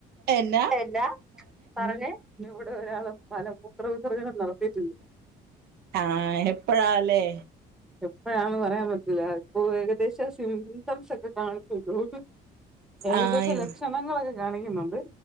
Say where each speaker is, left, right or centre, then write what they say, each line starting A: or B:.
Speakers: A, on the right; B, in the centre.
A: എന്നാ
B: എല്ലാ പറഞ്ഞേ ഇന്നിവിടെ ഒരാള് മലമൂത്ര വിസർജനം നടത്തീട്ടിണ്ട്
A: ആഹ് ഇപ്പഴാണല്ലേ?
B: എപ്പഴാണ് പറയാൻ പറ്റില്ല ഇപ്പൊ ഏകദേശം സിഗനൽസ് ഒക്കെ കാണിക്കുള്ളൂ ഏകദേശം
A: ആഹ്
B: ലക്ഷണങ്ങളൊക്കെ കാണിക്കുന്നുണ്ട്